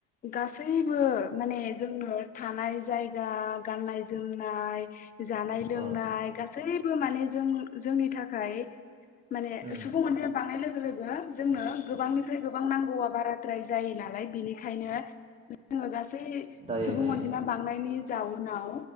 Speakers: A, on the left (about 20°); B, on the right (about 15°).
A: गासैबो माने जोंनो थानाय जाय या गाननाय जोमनाय जानाय लोंनाय
B: औ
A: गासैबो माने जों जोंनि थाखाय माने
B: उम
A: सुबुं अनाया बांनाय लोग लोगो जोंनो गोबांनिफ्राय गोबां नांगौआ बाराद्राय जायो नालाय बेनिखायनो जोङो गास सै
B: जायो
A: सुबुं
B: जायो
A: अनजिमा बांनायनि जाउ उनाव